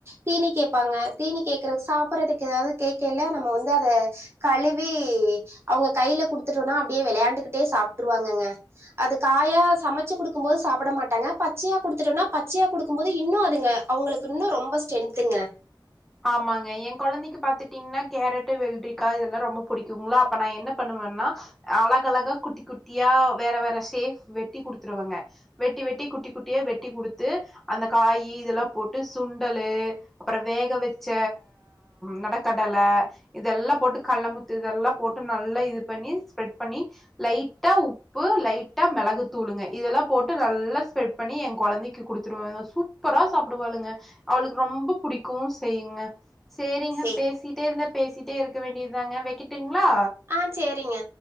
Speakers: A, on the right; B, in the centre.
A: தீனி கேப்பாங்க தீனி கேக்குறக்கு சாப்றதுக்கு ஏதாவது கேக்கேல நம்ம வந்து அத கழுவி அவுங்க கையில குடுத்துட்டோனா அப்டியே வெளயாண்டுகிட்டே சாப்ட்டுருவாங்கங்க அது காயா சமச்சு குடுக்கும் போது சாப்ட மாட்டாங்க பச்சையா குடுத்துட்டோம்னா பச்சையா குடுக்கும் போது இன்னு அதுங்க அவுங்களுக்கு இன்னு ரொம்ப ஸ்ட்ரென்த்துங்க
B: ஆமாங்க எ கொழந்தைக்கு பாத்துகிட் ன்னா கேரட்டு வெல்ரிக்கா இதெல்லா ரொம்ப புடிக்குங்ளா அப்ப நா என்ன பண்ணுவேன்னா அழக அழகா குட்டி குட்டியா வேற வேற ஷேஃப் வெட்டி குடுத்துருவங்க வெட்டி வெட்டி குட்டி குட்டியா வெட்டி குடுத்து அந்த காயி இதெல்லா போட்டு சுண்டலு அப்புற வேக வெச்ச நெடக்கடல இதெல்லா போட்டு கல்லமுத்து இதெல்லா போட்டு நல்லா இது பண்ணி ஸ்ப்ரெட் பண்ணி லைட்டா உப் உப்பு லைட்டா மெளகு தூளுங்க இதெல்லா போட்டு நல்லா ஸ்ப்ரெட் பண்ணி எ கொழந்தைக்கு குடுத்துருவங்க சு ப்பரா சாப்டுவாளுங்க அவளுக்கு ரொம்ப பிடிக்கு செய்யுங்க சேரிங்க
A: சேரி
B: பேசிட்டே இருந்தே பேசிட்டே இருக்க வேண்டியது தாங்க வெக்கட்டுங்ளா
A: ஆ சேரிங்க